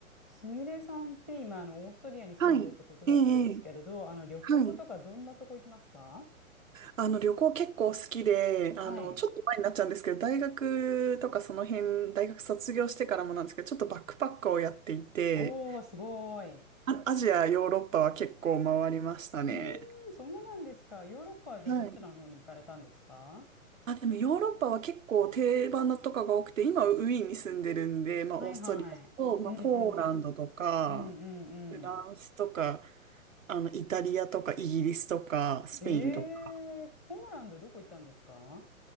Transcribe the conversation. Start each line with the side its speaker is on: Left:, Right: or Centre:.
Centre: すみれさんって今、あの、オーストリアに住んでるってことだったんですけれど、
Right: はい。ええ、ええ
Centre: あの、旅行とかどんなとこ行きますか
Right: はい。あの、旅行結構好きで、あの、
Centre: はい。
Right: ちょっと前になっちゃうんですけど、大学とかその辺、大学卒業してからもなんですけど、ちょっとバックパックをやっていて、
Centre: おー、すごい。
Right: あ、アジア、ヨーロッパは結構回りましたね。
Centre: うーん、そうなんですか。ヨーロッパはじゃあどちらの方に行かれたんですか
Right: はい。あ、でもヨーロッパは結構定番のとかが多くて、今ウィーンに住んでるんで、まあ、
Centre: はいはい。
Right: オーストリアと、まあ、
Centre: うんうん。
Right: ポーランドとか、
Centre: うん
Right: フランスとか、
Centre: うん
Right: あの、イタリアとか、イギリスとか、スペインとか、
Centre: うん。えー、ポーランドどこ行ったんですか